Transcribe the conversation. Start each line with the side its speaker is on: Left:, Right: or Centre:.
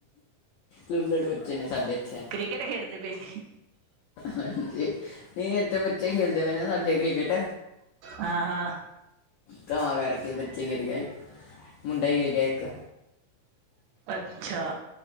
Left: ਲੁਲੜ ਬੱਚੇ ਨੇ, ਸਾਡੇ ਇੱਥੇ।
Right: ਕਿਥੇ ਖੇਡਦੇ ਪਏ ਸੀ?
Left: ਹਾਂਜੀ, ਨਹੀਂ ਇਥੇ ਬੱਚੇ ਖੇਲਦੇ ਪਏ ਨੇ ਸਾਡੇ ਕ੍ਰਿਕਟ।
Right: ਹਾਂ, ਹਾਂ।
Left: ਤਾਂ ਕਰਕੇ ਬੱਚੇ ਗਿਰ ਗਏ, ਇੱਕ ਮੁੰਡਾ ਹੀ ਗਿਰ ਗਿਆ ਇੱਕ।
Right: ਅੱਛਾ।